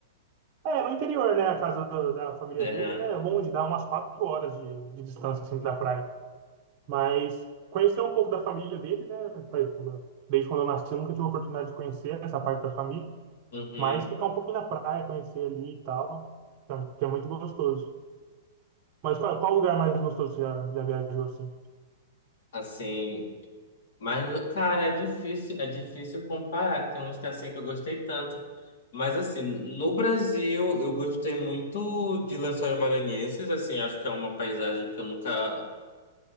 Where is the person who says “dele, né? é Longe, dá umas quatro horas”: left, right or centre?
Right